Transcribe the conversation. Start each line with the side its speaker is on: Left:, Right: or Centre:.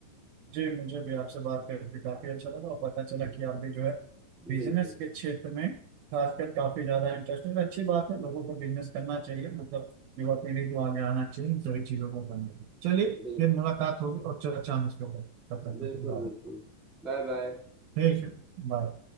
Right: जी मुझे भी आपसे बात करके काफी अच्छा लगा और पता चला कि आप भी जो है बिजनेस
Centre: बिल्कुल
Right: के क्षेत्र में खासकर काफी ज्यादा इंटरेस्ट है अच्छी बात है लोगों को बिजनेस करना चाहिए मतलब युवा पीढ़ी को आगे आना चाहिए इन सभी चीजों को करना चाहिए। चलिए
Centre: बिल्कुल
Right: फिर मुलाकात होगी और चर्चा हम इसके ऊपर तब तक
Centre: बिल्कुल
Right: के लिए बाय।
Centre: बिल्कुल Bye bye
Right: ठीक है बाय